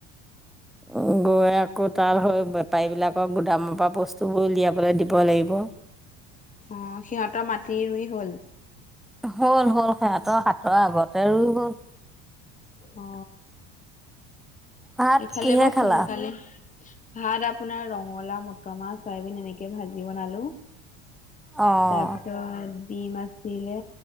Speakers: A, in the centre; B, on the left.
A: <inaudible> আকৌ তাৰ বেপাৰী বিলাকক গুদামৰ পৰা বস্তুবোৰ উলিয়াবলে দিব লাগিব।
B: অ সিহঁতৰ মাটি ৰুই হ'ল?
A: হ'ল হ'ল সিহঁতৰ হাতৰ আগতে ই হ'ল
B: অ,
A: ভাত
B: সফালে
A: কিহে
B: বাৰু সোনকালে
A: খালা?
B: ভাত আপোনাৰ ৰঙালা মটৰ মাছ চয়াবিন এনেকে ভাজি বনালো
A: অ',
B: তাৰপিছত ডিম আছিলে